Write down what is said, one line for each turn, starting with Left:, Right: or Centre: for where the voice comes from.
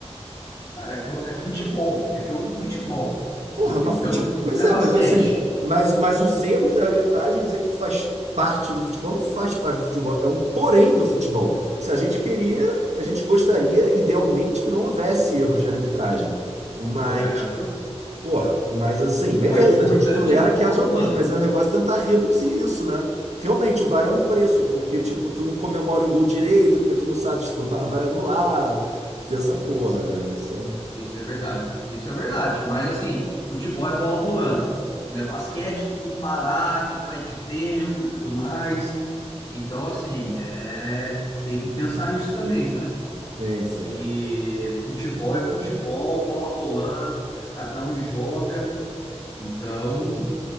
Left: Cara, é co- é futebol, é jogo do futebol,
Right: Porra,
Left: entendeu?
Right: mas fute... Pois
Left: Não
Right: é,
Left: é basquete,
Right: mas assim, mas, mas os erros da arbitragem dizer que faz parte do futebol não faz parte do futebol, é um porém do futebol. Se a gente queria, a gente gostaria idealmente que não houvesse erros de arbitragem. Mas,
Left: correto?
Right: porra, mas assim, beleza,
Left: Mas o importante
Right: a gente tolera
Left: é bola
Right: que haja
Left: rolando.
Right: alguns, mas é um negócio tentar reduzir isso, né? Realmente, o VAR é um preço, porque, tipo, tu não comemora o gol direito, porque tu não sabe se o VAR vai anular. Tem essa porra, né? Isso é um.
Left: Isso é verdade, isso é verdade. Mas assim, futebol é bola rolando, não é basquete que tem que parar, que vai de tempo e tudo mais. Então, assim, é... tem que pensar nisso também, né?
Right: Sim, sim.
Left: Que futebol é futebol, bola rolando, cada um joga. Então.